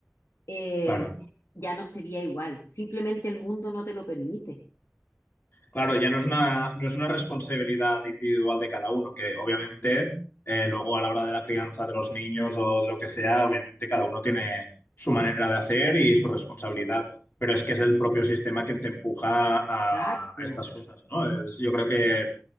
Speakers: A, on the left (about 75°); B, on the left (about 50°).
A: eh,
B: claro,
A: ya no sería igual. Simplemente el mundo no te lo permite.
B: claro, ya no es una, no es una responsabilidad individual de cada uno, que obviamente eh, luego a la hora de la crianza de los niños o de lo que sea, obviamente cada uno tiene su manera de hacer y su responsabilidad, pero es que es el propio sistema quien te empuja a
A: Exacto.
B: a estas cosas, ¿no? Es, yo creo que